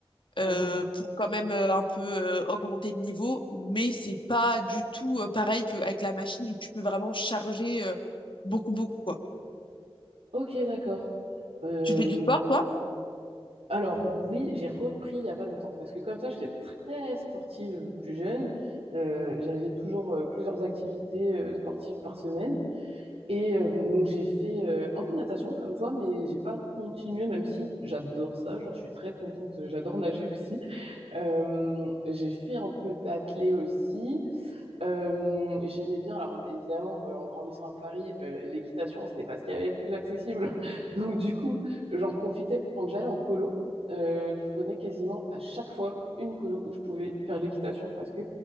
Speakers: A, on the left; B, on the right.
A: euh,
B: Mhm.
A: pour quand même euh, un peu euh, augmenter le niveau. Mais c'est pas du tout euh, pareil qu'avec la machine où tu peux vraiment charger euh, beaucoup, beaucoup, quoi.
B: Ok, d'accord. Euh,
A: Tu fais du sport, toi?
B: Alors oui, j'ai repris il y a pas longtemps parce que comme toi, j'étais très sportive plus jeune. Euh, j'avais toujours euh, plusieurs activités euh, sportives par semaine et euh, donc j'ai fait euh, un peu de natation comme toi, mais j'ai pas continué même si j'adore ça. Genre je suis très contente, j'adore nager aussi. Euh, j'ai fait un peu d'athlé aussi euh, j'aimais bien, alors évidemment, euh, en grandissant à Paris, euh, l'équitation, c'était pas ce qu'il y avait de plus accessible. <laughs> Donc du coup, j'en profitais quand j'allais en colo. Euh, je prenais quasiment à chaque fois une colo où je pouvais faire de l'équitation parce que